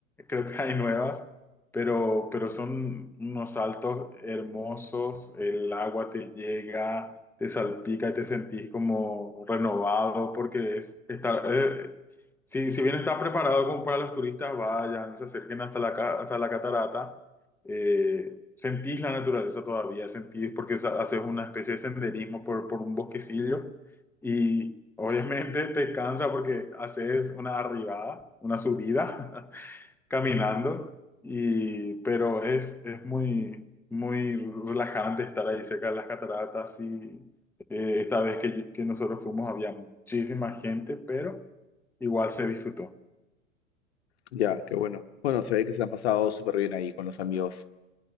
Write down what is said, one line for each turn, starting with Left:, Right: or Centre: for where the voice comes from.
Centre: creo que hay nuevas, pero, pero son unos saltos hermosos. El agua te llega, te salpica y te sentís como renovado, porque es, está, eh, si, si bien está preparado como para los turistas, vayan, se acerquen hasta la, ca- hasta la catarata eh, sentís la naturaleza todavía, sentís porque sa- haces una especie de senderismo por, por un bosquecillo y obviamente <laughs> te cansa porque haces una arribada, una subida <laughs> caminando, y, pero es, es muy, muy relajante estar ahí cerca de las cataratas y eh, esta vez que, que nosotros fuimos había muchísima gente, pero igual se disfrutó.
Left: Ya, qué bueno. Bueno, se ve que se la han pasado súper bien ahí con los amigos.